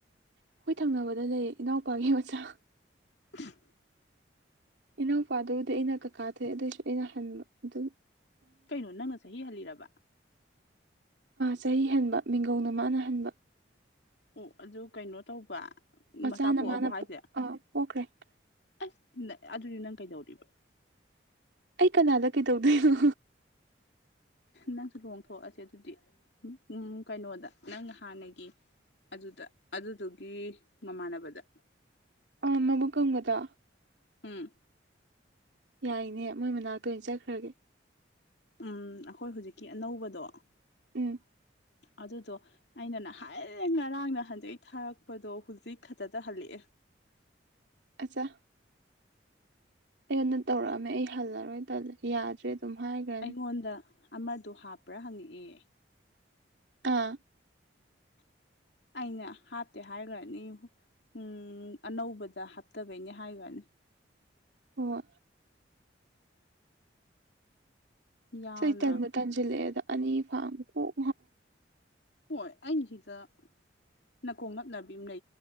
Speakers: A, on the right; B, on the left.
A: ꯑꯩꯈꯣꯏ ꯊꯪꯅꯕꯗ ꯂꯩꯌꯦ ꯏꯅꯥꯎꯄꯥꯒꯤ ꯃꯆꯥ
B: ꯎ <inaudible>
A: ꯏꯅꯥꯎꯄꯥꯗꯨꯕꯨꯗꯤ ꯑꯩꯅ ꯀꯀꯥ ꯊꯣꯛꯏ ꯑꯗꯨꯑꯣꯏꯁꯨ ꯑꯩꯅ ꯍꯟꯕ ꯑꯗꯨꯝ
B: ꯀꯩꯅꯣ ꯅꯪꯅ ꯆꯍꯤ ꯍꯜꯂꯤꯔꯕ
A: ꯆꯍꯤ ꯍꯥꯟꯕ ꯃꯤꯡꯒꯧꯅ ꯃꯥꯅ ꯍꯥꯟꯕ
B: ꯑꯣ ꯑꯗꯨ ꯀꯩꯅꯣ ꯇꯧꯕ
A: ꯃꯆꯥꯅ
B: ꯃꯆꯥ ꯄꯣꯛꯑꯕꯣ
A: ꯃꯥꯅ
B: ꯍꯥꯏꯁꯦ
A: ꯄꯣꯛꯈ꯭ꯔꯦ
B: ꯑꯁ ꯑꯗꯨꯗꯤ ꯅꯪ ꯀꯩꯗꯧꯔꯤꯕ
A: ꯑꯩ ꯀꯅꯥꯗ ꯀꯩꯗꯧꯗꯣꯏꯅꯣ
B: ꯅꯪꯁꯨ ꯂꯨꯍꯣꯡꯊꯣꯛꯑꯁꯦ ꯑꯗꯨꯗꯤ ꯎꯝ ꯀꯩꯅꯣꯗ ꯅꯪ ꯍꯥꯟꯅꯒꯤ ꯑꯗꯨꯗ ꯑꯗꯨꯗꯨꯒꯤ ꯃꯃꯥꯟꯅꯕꯗ
A: ꯎꯝ ꯃꯕꯨꯛ ꯀꯥꯡꯕꯗꯣ
B: ꯎꯝ
A: ꯌꯥꯏꯅꯦ ꯃꯣꯏ ꯃꯅꯥꯛꯇ ꯑꯣꯏꯅ ꯆꯠꯈ꯭ꯔꯒꯦ
B: ꯎꯝ ꯑꯩꯈꯣꯏ ꯍꯧꯖꯤꯛꯀꯤ ꯑꯅꯧꯕꯗꯣ
A: ꯎꯝ
B: ꯑꯗꯨꯗꯣ ꯑꯩꯅ ꯅꯍꯥꯏꯔꯦ ꯉꯔꯥꯡꯅ ꯅꯍꯥꯟꯅ ꯊꯥꯔꯛꯄꯗꯣ ꯍꯧꯖꯤꯛ ꯈꯛꯇꯗ ꯍꯜꯂꯛꯑꯦ
A: ꯑꯆꯥ ꯑꯩꯣꯟꯗ ꯇꯧꯔꯛꯑꯝꯃꯦ ꯑꯩ ꯍꯜꯂꯔꯣꯏꯜꯂ ꯌꯥꯗ꯭ꯔꯦ ꯑꯗꯨꯝ ꯍꯥꯏꯈ꯭ꯔꯅꯤ
B: ꯑꯩꯉꯣꯟꯗ ꯑꯃꯗꯣ ꯍꯥꯞꯄ꯭ꯔꯥ ꯍꯪꯉꯛꯑꯦ
A: ꯑꯥ
B: ꯑꯩꯅ ꯍꯥꯞꯇꯦ ꯍꯥꯏꯈ꯭ꯔꯅꯤ ꯎꯝ ꯑꯅꯧꯕꯗ ꯍꯥꯞꯇꯕꯩꯅꯦ ꯍꯥꯏꯈ꯭ꯔꯅꯤ
A: ꯑꯣ
B: ꯌꯥꯝꯅ
A: ꯁ ꯇꯟꯃꯨ ꯇꯟꯁꯤꯜꯂꯛꯑꯦ ꯑꯗ ꯑꯅꯤ ꯐꯥ ꯀꯣꯛ
B: ꯍꯣꯏ ꯑꯩꯩꯅꯁꯤꯗ ꯅ ꯀꯣꯡꯡꯂꯞꯅꯕꯤ ꯑꯃꯅ